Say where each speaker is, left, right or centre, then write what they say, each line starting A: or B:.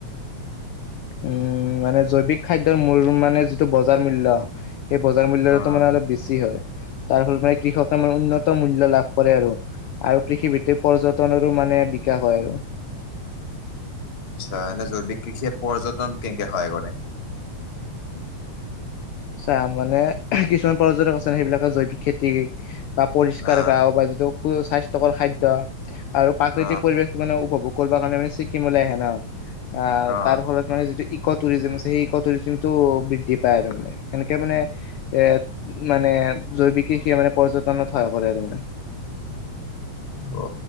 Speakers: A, on the left; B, on the left.
A: উম মানে জৈৱিক খাদ্যৰ মূল মানে যিটো বজাৰ মূল্য সেই বজাৰ মূল্যতটো
B: অ অ
A: মানে অলপ বেছি হয় তাৰ ফলত মানে কৃষকে মানে উন্নত মূল্য লাভ কৰে আৰু কৃষি ভিত্তিক পৰ্য তনৰো মানে বিকাশ হয় আৰু
B: আচ্ছা এনে জৈৱিক কৃষিয়ে পৰ্যটন কেনকে সহায় কৰে
A: চা মানে কিছুমান পৰ্যটক আছে সেইবিলাকে জৈৱিক খেতি বা পৰিষ্কাৰ
B: অ
A: গাও বা যিটো সু স্বাস্থ্যকৰ খাদ্য আৰু প্ৰাকৃতিক
B: অ
A: পৰিৱেশ মানে উপভোগ কৰিব কাৰণে মানে ছিকিমলৈ আহে ন আ
B: অ
A: তাৰ ফলত মানে যিটো ইক' টুৰিজিম আছে সেই ইক' টুৰিজিমটো বৃদ্ধি পায় আৰু মানে এনেকে মানে এ মানে জৈৱিকে সেই মানে পৰ্যটনত সহায় কৰে আৰু মানে
B: অ